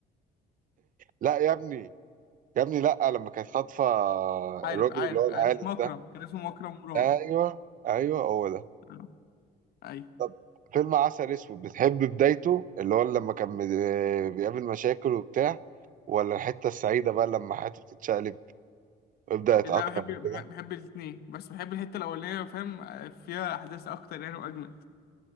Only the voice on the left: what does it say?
<laughs> عارف
عارف
عارف مكرم
كان اسمه مكرم مراد
آه، ايوه
لا بحب
بحب الاثنين بس بحب الحته الاولانيه فاهم فيها احداث اكتر يعني واجمد